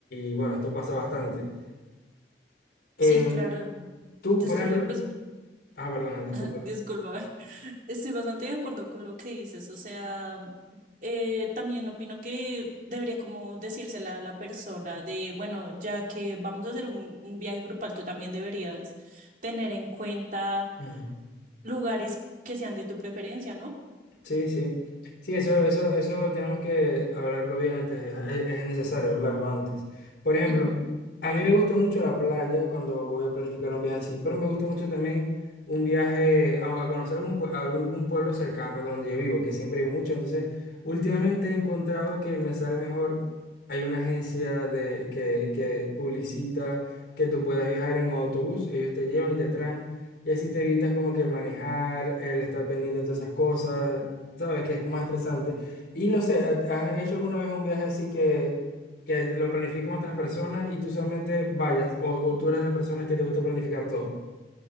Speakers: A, on the left (about 65°); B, on the right (about 50°).
A: y, bueno, esto pasa bastante. Eh,
B: Sí, claro.
A: tú,
B: Yo
A: por
B: estoy,
A: ejemplo,
B: pues
A: ah, perdona, disculpa.
B: Disculpa, <laughs> estoy bastante de acuerdo con lo que dices. O sea, eh, también opino que debería como decírsela a la persona de, bueno, ya que vamos a hacer un, un viaje grupal, tú también deberías tener en cuenta
A: No, no.
B: lugares que sean de tu preferencia, ¿no?
A: Sí, sí. Sí, eso, eso, eso tenemos que hablarlo bien antes, es, es necesario hablarlo antes. Por ejemplo,
B: Ujú.
A: a mí me gusta mucho la playa cuando voy a planificar un viaje así, pero me gusta mucho también un viaje a, a conocer algún, pue- a algún pueblo cercano de donde yo vivo, que siempre hay mucho. Entonces, últimamente he encontrado que me sale mejor, hay una agencia de, que, que publicita que tú puedas viajar en un autobús, ellos te llevan y te traen. Y así te evitas como que el manejar, el estar pendiente de todas esas cosas. ¿Sabes? Que es más estresante. Y no sé, ¿ha- ¿has hecho alguna vez un viaje así que, que lo planifico con otras personas y tú solamente vayas? O, o tú eres la persona que te gusta planificar todo.